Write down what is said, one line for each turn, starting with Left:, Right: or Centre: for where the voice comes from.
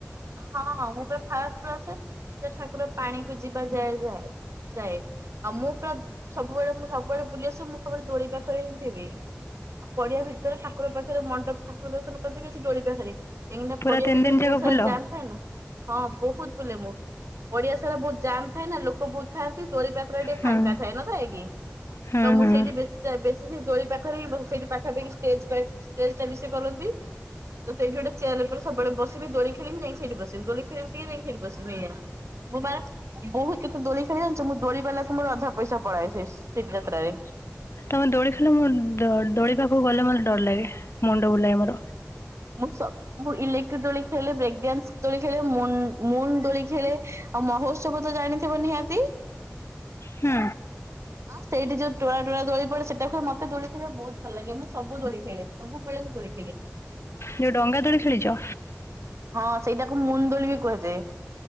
Right: ହଁ ହଁ ମୁଁ ପୁରା ଫାଷ୍ଟ ରୁ ଆସେ ଠାକୁର ପାଣି କୁ ଯିବା ଯାଏ ଯାଏ। ଯାଏ ଆଉ ମୁଁ ପୁରା ସବୁବେଳେ ମୁଁ ସବୁବେଳେ ବୁଲି ଆସିବି ମୁଁ କେବଳ ଦୋଳି ପାଖରେ ହିଁ ଥିବି। ଆଉ ପଡିଆ ଭିତରେ ଠାକୁର ପାଖରେ ମଣ୍ଡପ ଥା ଠାକୁର ଦର୍ଶନ କରି ଆସିକି ଦୋଳି ପାଖରେ କାହିଁକିନା
Left: ପୁରା
Right: ପଡିଆ
Left: ତିନି
Right: ଭିତରେ
Left: ଦିନ
Right: ବହୁତ
Left: ଯାକ
Right: ସାରା
Left: ବୁଲ।
Right: ଜାମ୍ ଥାଏ ନା। ହଁ ବହୁତ ବୋଲେ ମୁଁ ପଡିଆ ସାରା ବହୁତ ଯାଆ ଥାଏ ନା ଲୋକ ବହୁତ ଥାଆନ୍ତି। ଦୋଳି ଟା ପ୍ରାୟ ଟିକେ
Left: ହୁଁ
Right: ଫାଙ୍କା ଥାଏ ନଥାଏ କି
Left: ହୁଁ
Right: ତ ମୁଁ
Left: ହୁଁ
Right: ସେଇଠି ବେ ସେ ଦୋଳି ପାଖରେ ସେଇଠି ପାଖାପାଖି ଷ୍ଟେଜ ଷ୍ଟେଜ ଟା ବି ସେ କରନ୍ତି। ତ ସେଇଠି ଗୋଟେ ଚେୟାର ଉପରେ ସବୁବେଳେ ବସିବି ଦୋଳି ଖେଳିବି ଯାଇଁ ସେଇଠି ବସିବି ଦୋଳି ଖେଳିପି ଯାଇ ସେଇଠି ବସିବି ଏଇଆ। ମୁଁ ମାନେ ବହୁତ ଦୋଳି ଖେଳି ଜଣିଛ ମୁଁ ଦୋଳି ବାଲାକୁ ମୋର ଅଧା ପଇସା ପଳାଏ ସେ ଶୀଟ ଯାତ୍ରରେ।
Left: ତମେ ଦୋଳି ଲ ମୁଁ ଦୋ ଦୋଳିି ପାଖକୁ ଗଲେ ମତେ ଡର ଲାଗେ। ମୁଣ୍ଡ ବୁଲାଏ ମୋର।
Right: ମୁଁ ସବ୍ ମୁଁ ଇଲେକ୍ଟ୍ର ଦୋଳି ଖେଳିଲେ ବ୍ରେକ୍ ଡ୍ୟାନ୍ସ ଦୋଳି ଖେଳେ ମୁଁ ମୁନ ଦୋଳି ଖେଳେ। ଆଉ ମହୋତ୍ସବ ତ ଜାଣିଥିବ ନିହାତି?
Left: ହୁଁ।
Right: ହ ସେଇଠି ଯଉ ଟୁଆ ଟୁଆ ଦୋଳି ପଡେ ସେଡାକୁ ମତେ ଦୋଳି ଖେଳିବାକୁ ବହୁତ ଭଲ ଲାଗ ମୁଁ ସବୁ ଦୋଳି ଖେଳେ ସବୁବେଳେ ଶୋଇଥିଲି
Left: ଯୋଉ ଡଙ୍ଗା ଦୋଳି ଖେଳିଛ।
Right: ହଁ ସେଇଟାକୁ ମୁଣ୍ଡଳି ବି କୁହାଯାଏ।